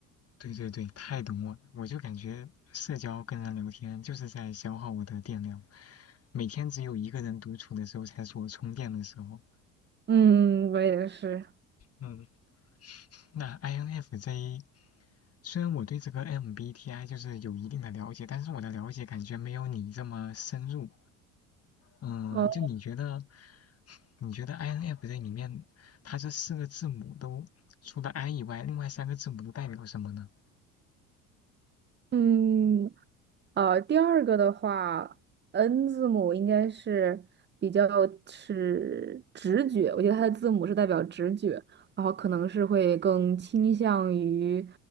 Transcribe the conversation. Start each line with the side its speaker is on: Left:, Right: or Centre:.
Left: 对对对，太懂我了，我就感觉社交跟人聊天就是在消耗我的电量，每天只有一个人独处的时候才是我充电的时候。
Right: <laughs> 嗯，我也是。
Left: 嗯，那 INFJ 虽然我对这个 MBTI 就是有一定的了解，但是我的了解感觉没有你这么深入。嗯，
Right: 哦，
Left: 就你觉得，你觉得 INFJ 里面，它这四个字母都除了 I 以外，另外三个字母都代表什么呢？
Right: 嗯，呃，第二个的话，N 字母应该是比较是直觉，我觉得它的字母是代表直觉，然后可能是会更倾向于